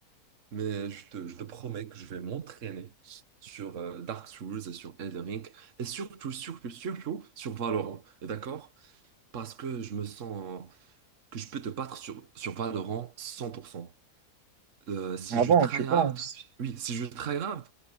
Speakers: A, on the right (about 50°); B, on the right (about 80°).
A: Mais je te, je te promets que je vais m'entraîner sur euh, Dark Souls et sur Elden Ring et surtout, surtout, surtout sur Valorant. D'accord? Parce que je me sens que je peux te battre sur, sur Valorant 100%. Euh, si
B: Avant,
A: je tryhard,
B: tu penses?
A: oui, si je tryhard,